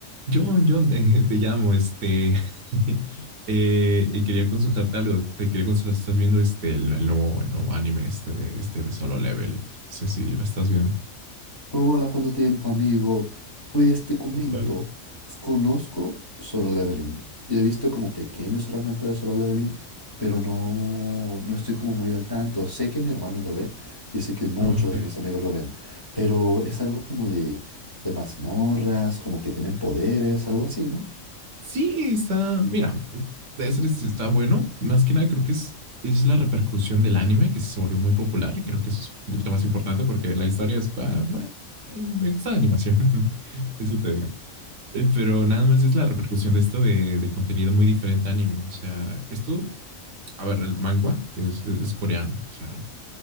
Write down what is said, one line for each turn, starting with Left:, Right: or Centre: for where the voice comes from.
Right: John, John, <laughs> eh, te llamo, este, <laughs> eh, y quería consultarte algo, te quería consultar si estás viendo este, el, el nuevo, el nuevo anime este de, este de Solo Level, no sé si lo estás viendo.
Left: Hola, ¿cuánto tiempo, amigo? Pues te comento,
Right: Hola.
Left: s- conozco Solo Leveling y he visto como pequeños fragmentos de Solo Leveling, pero no, no estoy como muy al tanto. Sé que mi hermano lo ve y sé que muchos
Right: Ok.
Left: de mis amigos lo ven, pero es algo como de, de mazmorras, como que tienen poderes, algo así, ¿no?
Right: Sí, está, mira, de ser sí está bueno, más que nada creo que es, es la repercusión del anime que se volvió muy popular, y creo que eso es un poquito más importante porque la historia es, pa- eh, me gusta la animación, <laughs> eso te digo. Eh, Pero nada más es la repercusión de esto de, de contenido muy diferente a anime. O sea, esto, a ver, el manga, que es, es- es coreano, o sea,